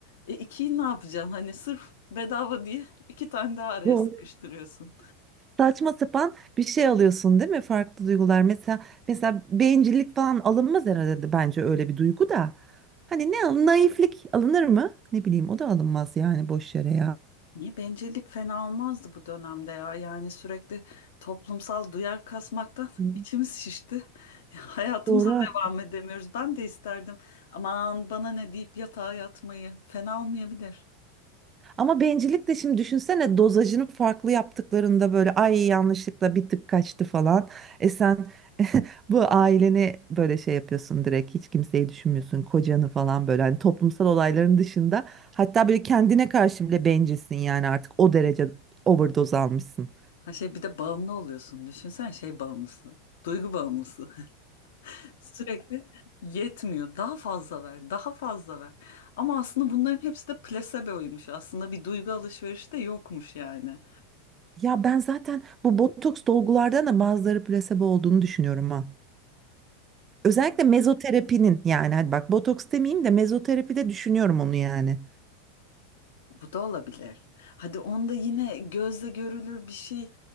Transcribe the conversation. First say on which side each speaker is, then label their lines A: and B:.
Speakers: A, on the left (about 75°); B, on the right (about 25°).
A: e ikiyi ne yapacaksın? Hani sırf bedava diye iki tane daha araya
B: Bu
A: sıkıştırıyorsun.
B: saçma sapan bir şey alıyorsun değil mi? Farklı duygular. Mesela mesela bencillik falan alınmaz herhalde bence öyle bir duygu da. Hani ne al- naiflik alınır mı? Ne bileyim o da alınmaz yani boş yere ya.
A: Niye bencillik fena olmazdı bu dönemde ya? Yani sürekli toplumsal duyar kasmaktan
B: Hı.
A: <laughs> içimiz şişti. Ya, Hayatımıza
B: Doğru.
A: devam edemiyoruz. Ben de isterdim. Aman bana ne deyip yatağa yatmayı. Fena olmayabilir.
B: Ama bencillik de şimdi düşünsene dozajını farklı yaptıklarında böyle ay yanlışlıkla bir tık kaçtı falan. E sen bu aileni böyle şey yapıyorsun direkt hiç kimseyi düşünmüyorsun kocanı falan böyle hani toplumsal olayların dışında. Hatta böyle kendine karşı bile bencilsin yani artık o derece overdose almışsın.
A: Ha şey bir de bağımlı oluyorsun. Düşünsen şey bağımlısı. Duygu bağımlısı. <laughs> Sürekli yetmiyor. Daha fazla ver, daha fazla ver. Ama aslında bunların hepsi de plaseboymuş. Aslında bir duygu alışverişi de yokmuş yani.
B: Ya ben zaten bu botoks dolgulardan da bazıları plasebo olduğunu düşünüyorum ha. Özellikle mezoterapinin yani hadi bak botoks demeyeyim de mezoterapide düşünüyorum onu yani.
A: Bu da olabilir. Hadi onda yine gözle görülür bir şey.